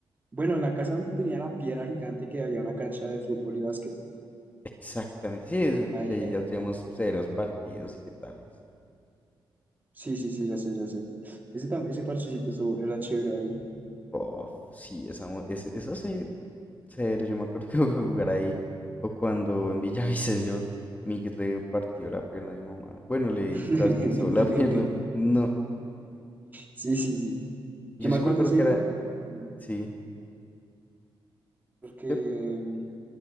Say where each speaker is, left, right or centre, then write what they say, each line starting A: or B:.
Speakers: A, on the right; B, on the left.
A: bueno, en la casa donde tenía la piedra gigante que había una cancha de fútbol y básquet.
B: exactamente, sí, esa,
A: Ay,
B: que ahí
A: ay.
B: ya teníamos severos partidos y qué tales.
A: Sí, sí, sí, ya sé, ya sé. Ese, tam- ese parchecito estuvo- era chévere ahí.
B: Bof, sí, esa, mo- ese- eso sí, severo, yo me acuerdo que <laughs> jugar ahí, o cuando en Villavicencio Miguel le partió la pierna a mi mamá, bueno, le
A: <laughs>
B: dis- la esguinzó la <laughs> pierna, pu- no,
A: Sí, sí, sí.
B: yo
A: Yo me
B: sí
A: acuerdo
B: me acuerdo
A: ese
B: que era,
A: día mm,
B: sí.
A: porque,
B: ¿Qué?
A: mm,